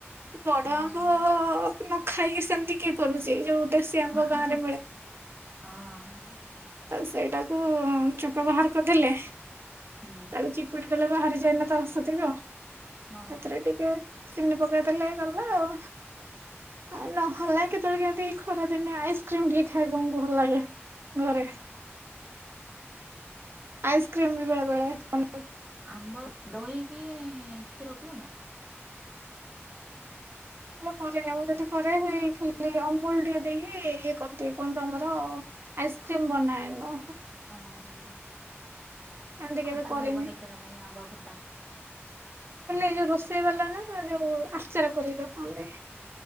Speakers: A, on the right; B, on the right.
A: ବଡ
B: ହଁ
A: ଆମ୍ବ ନ ଖାଇକି ସେମିତି କିଏ କରୁଚି ଯୋଉ ଦେଶୀ ଆମ୍ବ
B: <unintelligible>
A: ଗାଁ ରେ
B: ହଁ।
A: ତାକୁ ସେଇଟାକୁ ଚୋପା ବାହାର କରିଦେଲେ।
B: ହୁଁ
A: ତାକୁ ଚିପୁଡି ଦେଲେ ବାହାରି ଯାଏନା ତା ରସତିକ।
B: ହଁ।
A: ଏଥିରେ ଟିକେ ଚିନି ପକେଇ ଦେଲେ ହେଇଗଲା ଆଉ। ଆଉ ନହେଲେ କେତବେଳେ କେମିତି ଖରା ଦିନେ ଆଇସ୍କ୍ରିମ୍ ଟିକେ ଖାଇ <unintelligible> ଭଲ ଲାଗେ ଘରେ। ଆଇସ୍କ୍ରିମ୍ ବି ବେଳେବେଳେ <inaudible>
B: ଆମ୍ବ ଦହିକି କ୍ଷୀର ପିଉନ?
A: ନାଇଁ ସେ କରେନି ଆଉ ଯଦି କରେ ହେଇ ଖିରି ଅମୁଲ ଟିକେ ଦେଇକି ଇଏ କରନ୍ତି। କଣନ୍ତୁ ଆମର ଆଇସ୍କ୍ରିମ ବନାଏନ।
B: ଅ ହଁ।
A: ଏମିତି
B: ଖଟା
A: କରିନି।
B: କେବେ ବନେଇଚ ନା ନାଇଁ ଆମ୍ବ ଖଟା?
A: ଏ ଯୋଉ ରୋଷେଇ ବାଲା ନା ଯୋଉ ଆଚାର କରିକି ରଖନ୍ତି।